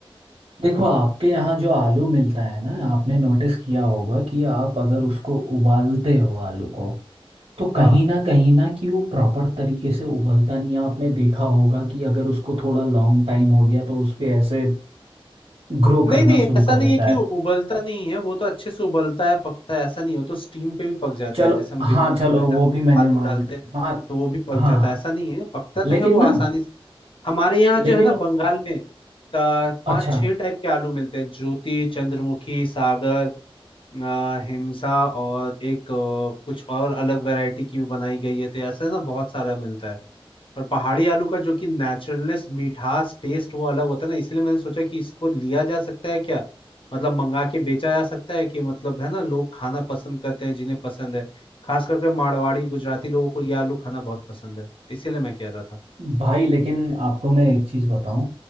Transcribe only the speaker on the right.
देखो आपके यहाँ जो आलू मिलता है ना आपने नोटिस किया
होगा कि आप अगर उसको उबालते हो आलू को तो
कहीं ना कहीं ना कि वो प्रॉपर तरीके से उबलता नहीं है। आपने देखा होगा कि अगर उसको थोड़ा लॉन्ग टाइम हो गया तो उस पे ऐसे ग्रो
करना
शुरू
कर
देता
है
चलो
हाँ
चलो
वो भी मैंने
मान
मान
हाँ
हाँ
लेकिन
ना
लेकिन
अच्छा
भाई लेकिन आपको मैं एक चीज़ बताऊं